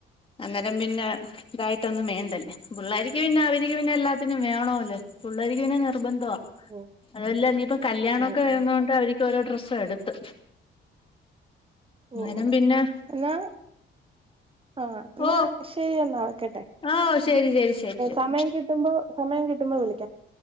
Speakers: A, on the left (about 25°); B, on the right (about 25°).
A: അന്നേരം പിന്നെ ഇതായിട്ടൊന്നും മേണ്ടല്ലേ പിള്ളേരിക്ക് പിന്നെ അവരിക്ക് പിന്നെ എല്ലാത്തിനും വേണോല്ലേ പിള്ളേരിക്ക് പിന്നെ നിർബന്ധ വാ
B: ഓ
A: അതല്ല ഇനീയിപ്പ കല്യാണമൊക്കെ
B: ഓ
A: വരുന്നൊണ്ട്
B: ഓ
A: അവര് ക്കോരോ ഡ്രെസ്സ എടുത്ത്. അന്നേരം
B: ഓ
A: പിന്നെ
B: എന്നാ അ എന്നാ
A: ഓ
B: ശെരിയെന്നാ വെക്കട്ടെ
A: ഓ ശരി ശരി ശരി ശരി
B: സമയം കിട്ടുമ്പോ സമയം കിട്ടുമ്പോ വിളി.